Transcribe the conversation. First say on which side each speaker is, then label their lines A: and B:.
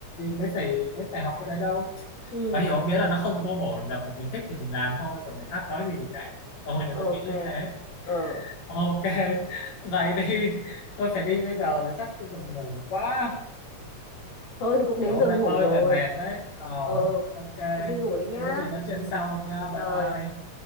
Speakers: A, on the left; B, on the left.
A: mới phải mới phải học cái đấy đâu.
B: ừ
A: Mà hiểu biết là nó không vô bổ được, còn mình thích thì mình làm thôi, còn người khác nói gì thì kệ. Tôi là tôi
B: ok
A: nghĩ như thế.
B: ờ
A: Ok, <laughs> vậy đi. Tôi phải đi bây giờ rồi, chắc tôi buồn ngủ quá.
B: thôi thì cũng đến
A: Kiểu hôm
B: giờ
A: nay
B: ngủ
A: bơi
B: rồi
A: về mệt đấy. Ồ,
B: ờ
A: ok.
B: thế đi ngủ đấy nhá
A: Thì có gì nói
B: ừ
A: chuyện sau nha.
B: rồi
A: Bye bye.